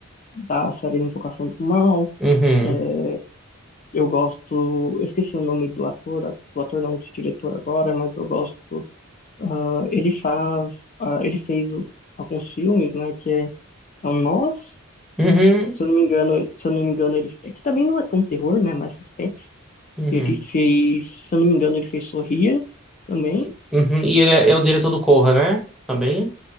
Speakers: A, on the left; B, in the centre.
A: da série Invocação do Mal.
B: Uhum.
A: É, eu gosto, eu esqueci o nome do ator, do ator não, do diretor agora, mas eu gosto. ah, ele faz, ah, ele fez o- alguns filmes, né? Que é, é o Nós,
B: Uhum.
A: se eu não me engano, ele- se eu não me engano, ele é que também não é tão terror, né? Mais suspense.
B: Uhum.
A: Ele fez, se eu não me engano, ele fez Sorria também.
B: E uhum. E ele é, é o diretor do Corra, né? Também.